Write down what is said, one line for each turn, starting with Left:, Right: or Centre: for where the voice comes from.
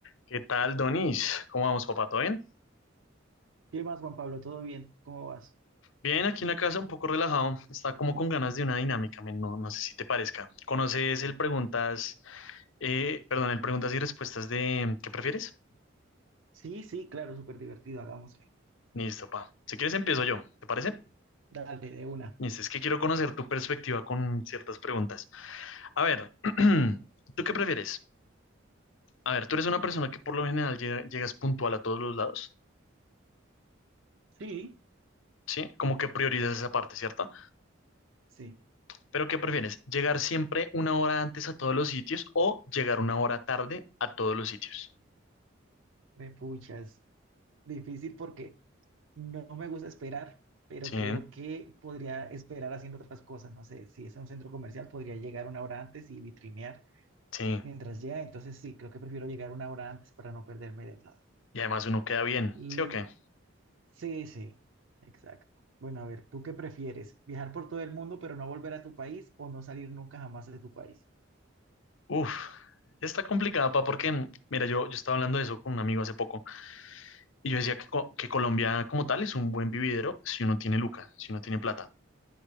Left: ¿Qué tal, Donis? ¿Cómo vamos, papá? ¿Todo bien?
Right: ¿Qué más, Juan Pablo? ¿Todo bien? ¿Cómo vas?
Left: Bien, aquí en la casa un poco relajado. Está como con ganas de una dinámica, men, No, no sé si te parezca. ¿Conoces el preguntas, eh, perdón, el preguntas y respuestas de ¿qué prefieres?
Right: Sí, sí, claro, súper divertido, hagámosle.
Left: Listo, pa. Si quieres empiezo yo, ¿te parece?
Right: Dale, de una.
Left: Listo, es que quiero conocer tu perspectiva con ciertas preguntas. A ver, <clears throat> ¿tú qué prefieres? A ver, tú eres una persona que por lo general llega- llegas puntual a todos los lados,
Right: Sí,
Left: ¿sí? Como que priorizas esa parte, ¿cierto?
Right: sí.
Left: Pero ¿qué prefieres? ¿Llegar siempre una hora antes a todos los sitios o llegar una hora tarde a todos los sitios?
Right: Puchas. Difícil porque no me gusta esperar, pero
Left: Sí,
Right: creo que podría esperar haciendo otras cosas. No sé, si es a un centro comercial, podría llegar una hora antes y vitrinear
Left: sí.
Right: mientras llega. Entonces, sí, creo que prefiero llegar una hora antes para no perderme de nada.
Left: Y además uno queda bien,
Right: L-
Left: ¿sí o qué?
Right: sí, sí, exacto. Bueno, a ver, ¿tú qué prefieres? ¿Viajar por todo el mundo pero no volver a tu país o no salir nunca jamás de tu país?
Left: Uf, está complicada, pa, porque, mm, mira, yo, yo estaba hablando de eso con un amigo hace poco y yo decía que, co- que Colombia como tal es un buen vividero si uno tiene luca, si uno tiene plata.